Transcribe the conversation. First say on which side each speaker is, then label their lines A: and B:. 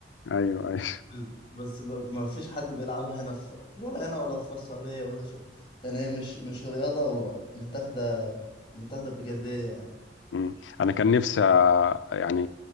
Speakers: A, on the left; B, on the left.
A: ايوه ايوه
B: بس بس ب- ما فيش حد بيلعبها هنا في ولا هنا ولا في السعودية ولا في يعني هي مش مش رياضة متاخدة متاخدة بجدية يعني
A: مم. انا كان نفسي آه، يعني